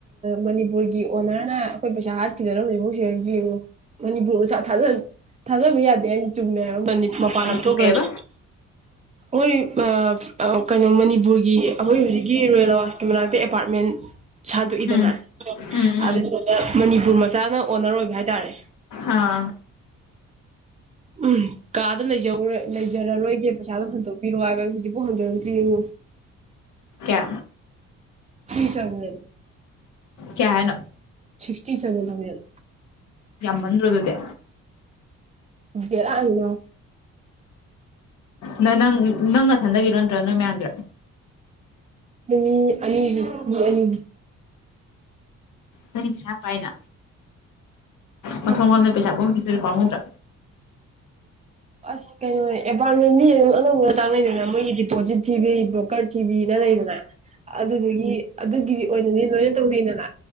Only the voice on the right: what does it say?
ꯃꯅꯤꯄꯨꯔꯒꯤ ꯑꯣꯅꯔꯅ ꯑꯩꯈꯣꯏ ꯄꯩꯁꯥ ꯍꯥꯠꯈꯤꯗꯕ ꯏꯕꯁ ꯌꯦꯡꯉꯣ ꯃꯅꯤꯄꯨꯔ ꯊꯥꯖꯕ ꯌꯥꯗꯦ ꯍꯥꯏ ꯆꯨꯝꯃꯦ ꯃꯄꯥꯟ
ꯂꯧꯊꯣꯛꯈ꯭ꯔꯗꯤ
ꯑꯩꯣꯏ ꯑ ꯀꯩꯅꯣ ꯃꯅꯤꯄꯨꯔꯒꯤ ꯑꯩꯈꯣꯏ ꯍꯧꯖꯤꯛꯀꯤ ꯔꯨꯔꯦꯜ ꯑꯋꯥꯁꯀꯤ ꯃꯅꯥꯛꯇ ꯑꯦꯄꯥꯔꯠꯃꯦꯟ ꯁꯟꯗꯣꯛꯏꯗꯅ
ꯑꯗꯨꯗꯨꯗ ꯃꯅꯤꯄꯨꯔ ꯃꯆꯥꯅ ꯑꯣꯅꯔ ꯑꯣꯏꯕ ꯍꯥꯏꯇꯥꯔꯦ
ꯎꯝ ꯀꯥ ꯂꯩꯖꯔꯔꯣꯏꯒ ꯄꯩꯁꯥꯗꯣ ꯍꯟꯗꯣꯛꯄꯤꯔꯑꯣ ꯍꯥꯏꯕ ꯍꯧꯖꯤꯛꯇ ꯎꯟꯗ ꯑꯦꯄꯨ
ꯐ ꯆꯪꯒ
ꯁꯤꯛꯁꯇꯤ ꯁꯦꯚꯦꯟ ꯊꯥꯎꯖꯟ
ꯑ ꯀꯔꯅꯤꯅ
ꯃꯤ ꯑꯅꯤ ꯃꯤ ꯑꯅꯤꯅꯤ
ꯑꯁ
ꯑꯁ ꯀꯩꯅꯣ ꯑꯦꯄꯥꯥꯎꯔꯠꯃꯦꯟꯗꯤ ꯑꯅꯧꯧꯕꯅ ꯇꯥꯛꯅꯗꯅ ꯃꯣꯏꯒꯤ ꯗꯤꯄꯣꯖꯤꯠ ꯊꯤꯕꯤꯔꯤꯕ꯭ꯔ ꯀꯔꯊꯤꯕꯤꯅ ꯂꯩꯗꯅ ꯑꯗꯨꯗꯒꯤ ꯑꯗꯨꯒꯤ ꯑꯣꯏꯅꯅꯤ ꯂꯣꯏꯅ ꯇꯧꯕꯤꯗꯅ